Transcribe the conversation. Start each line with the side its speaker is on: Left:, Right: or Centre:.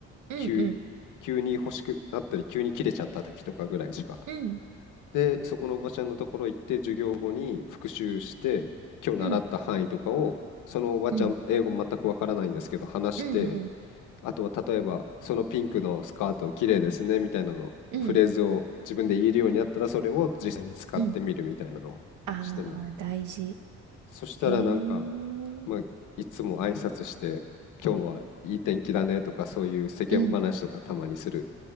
Right: うんうん。
Left: 急、急に欲しくなったり、急に切れちゃった時とかぐらいしか。
Right: うん。
Left: で、そこのおばちゃんのところ行って、授業後に復習して、今日習った範囲とかを、
Right: うん。
Left: そのおばちゃん、
Right: うん。
Left: 英語全くわからないんですけど、話して、
Right: うんうん。
Left: あとは例えば、そのピンクのスカート綺麗ですねみたいなの、
Right: うん。
Left: フレーズを自分で言えるようになったら、それを実際に使ってみるみたいなのをしてます。
Right: うん。ああ大事。
Left: そしたらなんか、
Right: へえ。うん。
Left: まあ、いつも挨拶して、今日はいい天気だねとか、そういう世間話とかたまにする
Right: うん。